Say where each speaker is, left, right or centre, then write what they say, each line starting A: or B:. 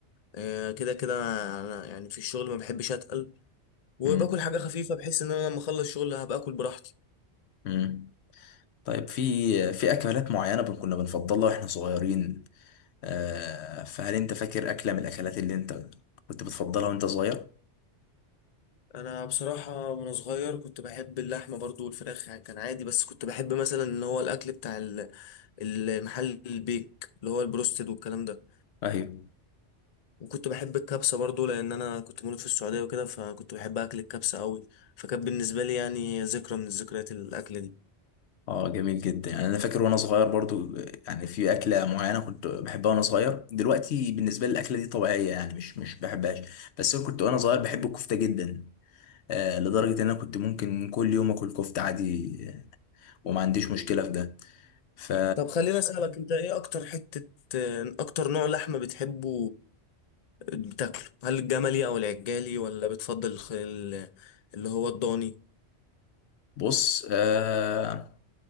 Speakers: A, on the left; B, on the left.
A: آه، كده كده انا يعني في الشغل ما بحبش اتقل وباكل
B: مم.
A: حاجة خفيفة بحيث ان انا لما اخلص شغل هبقى اكل براحتي
B: مم. طيب في في اكلات معينه بن- كنا بنفضلها واحنا صغيرين آه، فهل انت فاكر اكله من الاكلات اللي انت كنت بتفضلها وانت صغير
A: انا بصراحة وانا صغير كنت بحب اللحمة برضو والفراخ يعني كان عادي بس كنت بحب مثلا ان هو الاكل بتاع ال- المحل البيك اللي هو البروستد والكلام ده
B: ايوه
A: وكنت بحب الكبسة برضو لأن أنا كنت مولود في السعودية وكده فكنت بحب أكل الكبسة أوي فكانت بالنسبة لي يعني ذكرى من ذكريات الأكلة دي
B: اه جميل جدا يعني انا فاكر وانا صغير برضو آه، يعني في اكله معينه كنت بحبها وانا صغير دلوقتي بالنسبه لي الاكله دي طبيعيه يعني مش مش بحبهاش بس انا كنت وانا صغير بحب الكفته جدا آه لدرجه ان انا كنت ممكن كل يوم اكل كفته عادي آه، وما عنديش مشكله في ده ف
A: طب خليني أسألك أنت إيه أكتر حتة أكتر نوع لحمة بتحبه بتاكله هل الجملي أو العجالي ولا بتفضل الخ- ال- اللي هو الضاني
B: بص آه